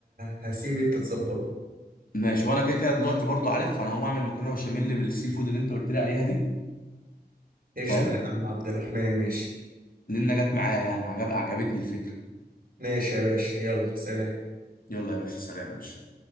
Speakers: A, on the right; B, on the left.
A: هسيب انت تظبط
B: ماشي وانا كده كده دلوقتي برضو عارف انا هقوم اعمل مكرونه بشاميل بالسي فود اللي انت قلت لي عليها دي
A: قشطه
B: فاهم
A: يا عم عبد الرحمن ماشي
B: لان جت معايا يعني عجب عجبتني الفكره
A: ماشي يا باشا يلا سلام
B: يلا يا باشا سلام يا باشا